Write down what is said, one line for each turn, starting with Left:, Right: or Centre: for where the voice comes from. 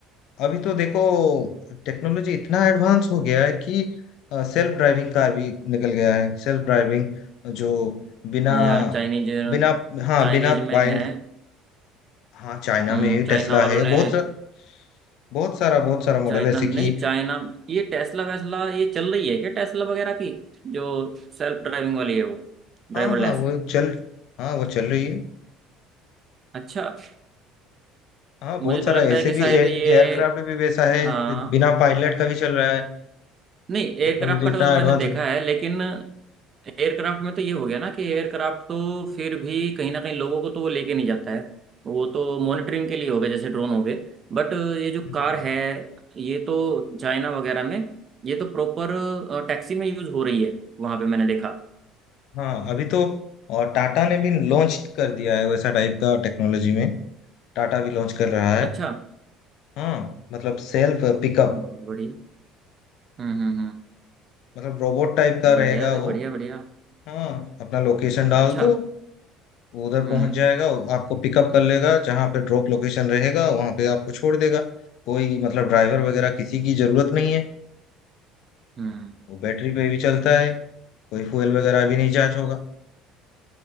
Left: अभी तो देखो टेक्नोलॉजी इतना एडवांस हो गया है कि सेल्फ ड्राइविंग कार भी निकल गया है सेल्फ ड्राइविंग जो बिना
Right: हाँ यार चाइनीज
Left: बिना हाँ
Right: चाइनीज
Left: बिना पायल
Right: में है
Left: हाँ चाइना
Right: हम्म
Left: में
Right: चाइना
Left: टेस्ला
Right: वालों
Left: है
Right: ने
Left: बहुत सा, बहुत सारा बहुत सारा मॉडल
Right: चाइना
Left: ऐसे
Right: नहीं
Left: कि
Right: चाइना ये टेस्ला वेस्ला ये चल रही है क्या टेस्ला वगैरह की जो सेल्फ ड्राइविंग वाली है वो ड्राइवरलेस
Left: हाँ हाँ वो चल हाँ वो चल रही है
Right: अच्छा
Left: हाँ बहुत
Right: मुझे तो
Left: सारा
Right: लगता
Left: ऐसे
Right: है कि
Left: भी
Right: शायद
Left: एयरक्राफ्ट
Right: ये
Left: भी वैसा है
Right: हाँ
Left: बिना पायलट का भी चल रहा है
Right: नहीं
Left: टेक्नोलॉजी
Right: एयरक्राफ्ट का तो
Left: इतना
Right: मैंने
Left: एडवांस
Right: देखा
Left: हो
Right: है लेकिन एयरक्राफ्ट में तो ये हो गया ना कि एयरक्राफ्ट तो फिर भी कहीं ना कहीं लोगों को तो वो लेके नहीं जाता है वो तो मॉनिटरिंग के लिए हो गए जैसे ड्रोन हो गए बट ये जो
Left: गया।
Right: कार है ये तो चाइना वगैरह में ये तो प्रॉपर टैक्सी में यूज हो रही है वहां पे मैंने देखा
Left: हाँ अभी तो और टाटा ने भी लॉन्च कर दिया है वैसा टाइप का टेक्नोलॉजी में टाटा भी लॉन्च कर रहा है
Right: अच्छा
Left: हाँ मतलब सेल्फ पिकअप
Right: बहुत बढ़िया हम्म हम्म हम्म
Left: मतलब रोबोट टाइप का
Right: बढ़िया
Left: रहेगा
Right: है भाई
Left: वो
Right: बढ़िया बढ़िया
Left: हाँ अपना लोकेशन डाल
Right: अच्छा
Left: दो वो उधर
Right: हम्म
Left: पहुंच जाएगा वो आपको पिकअप कर लेगा जहाँ पे ड्रॉप लोकेशन रहेगा वहां पे आपको छोड़ देगा कोई मतलब ड्राइवर वगैरह किसी की जरूरत नहीं है
Right: हम्म
Left: वो बैटरी पे भी चलता है कोई फ्यूल वगैरह भी नहीं चार्ज होगा